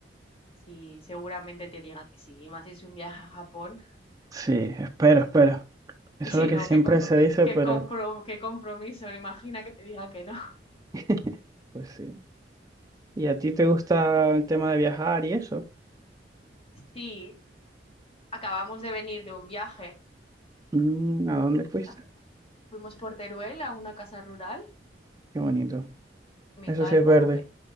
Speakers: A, on the left (about 35°); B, on the right (about 20°).
A: Sí, seguramente te diga que sí. Y más si es un viaje a Japón. <laughs>
B: Sí, espero, espero. Eso
A: Y si
B: es lo que
A: no,
B: siempre
A: qué, comp-
B: se dice,
A: qué
B: pero
A: compro- qué compromiso. Imagina que te diga que no.
B: <laughs> pues sí. ¿Y a ti te gusta el tema de viajar y eso?
A: <laughs> Sí, acabamos de venir de un viaje.
B: Mm, ¿a dónde fuiste?
A: Ac- Fuimos por Teruel a una casa rural,
B: Qué bonito.
A: Mingalvo,
B: Eso sí es verde.
A: e-